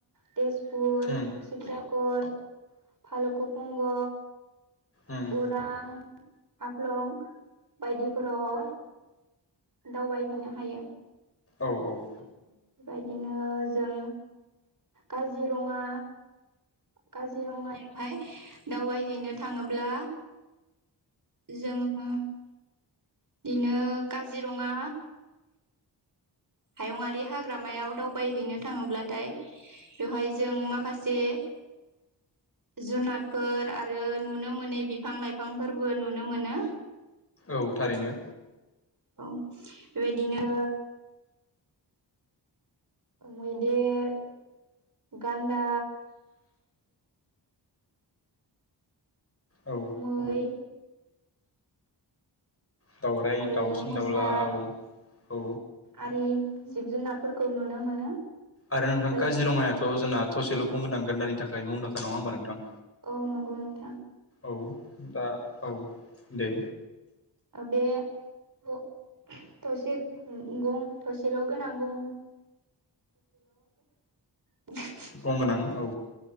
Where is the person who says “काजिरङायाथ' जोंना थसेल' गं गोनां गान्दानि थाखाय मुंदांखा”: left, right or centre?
Left